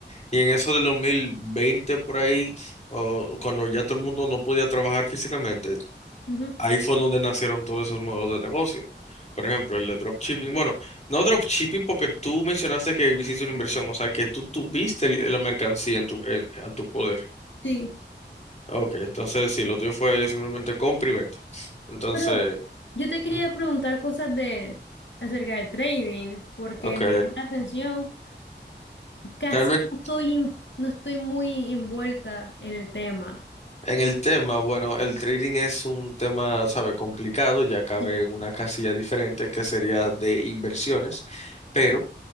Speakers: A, on the left; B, on the left.
A: y, y en eso del 2020 por ahí, o cuando ya todo el mundo no podía trabajar físicamente,
B: Ujú.
A: Ahí fue donde nacieron todos esos modelos de negocio. Por ejemplo, el de dropshipping. Bueno, no dropshipping porque tú mencionaste que hiciste una inversión, o sea, que tú tuviste el- la mercancía en tu, en- a tu poder.
B: sí.
A: Ok, entonces sí, lo tuyo fue simplemente compra y venta. Entonces,
B: Pero yo te quería
A: ¿Mm?
B: preguntar cosas de, acerca del trading, porque
A: ok.
B: me llama la atención. casi
A: Realmente
B: no estoy, in- no estoy muy envuelta en el tema.
A: en el tema, bueno, el trading es un tema, sabe, complicado, ya cabe
B: Y-
A: en una casilla diferente que sería de inversiones, pero